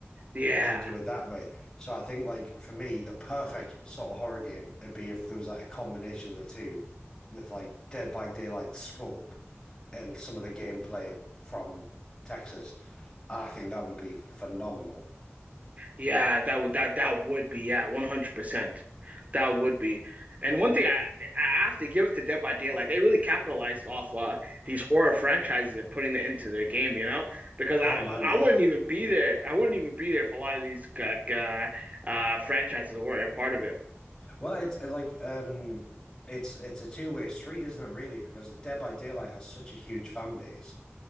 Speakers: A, on the right (about 35°); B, on the left (about 15°).
A: Yeah.
B: and do it that way. So I think like for me, the perfect sort of horror game would be if there was like a combination of the two with like Dead by Daylight scope and some of the gameplay from Texas. I think that would be phenomenal.
A: Yeah, that would that that would be yeah, 100%. That would be. And one thing I I have to give it to Dead by Daylight, they really capitalized off uh these horror franchises and putting it into their game, you know? Because
B: Oh
A: I
B: man, yeah.
A: I wouldn't even be there. I wouldn't even be there if a lot of these uh, uh uh, franchises weren't a part of it.
B: Well, it's uh, like um it's it's a two-way street, isn't it, really? Because Dead by Daylight has such a huge fan base.